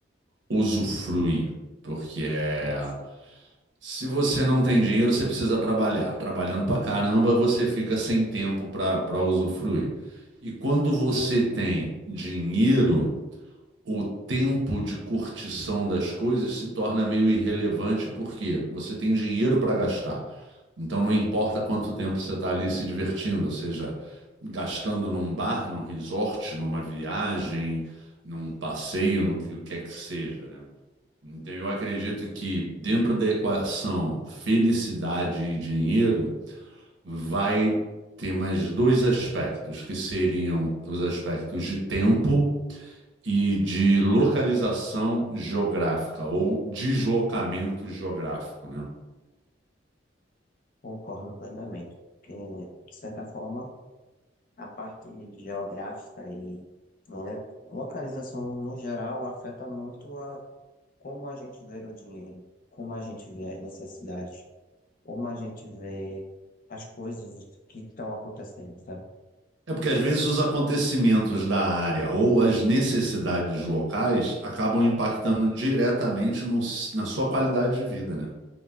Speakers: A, on the right; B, on the left.
A: usufrui, porque é,
B: isso,
A: se você não tem dinheiro, você precisa trabalhar. Trabalhando pra caramba, você fica sem tempo pra para usufruir. E quando você tem dinheiro, o tempo de curtição das coisas se torna meio irrelevante porque você tem dinheiro pra gastar. Então não importa quanto tempo você está ali se divertindo, ou seja gastando num bar, num resort, numa viagem, num passeio, no que quer que seja, né? Então, eu acredito que dentro da equação felicidade e dinheiro, vai ter mais dois aspectos, que seriam os aspectos de tempo e de localização geográfica ou deslocamento geográfico, né?
B: concordo plenamente. Porque, de certa forma, a parte geográfica e le- localização no geral afeta muito a como a gente vê o dinheiro, como a gente vê as necessidades, como a gente vê as coisas que estão acontecendo, sabe?
A: É porque
B: Então,
A: às vezes os acontecimentos da área ou as necessidades locais acabam impactando diretamente no- na sua qualidade de vida, né?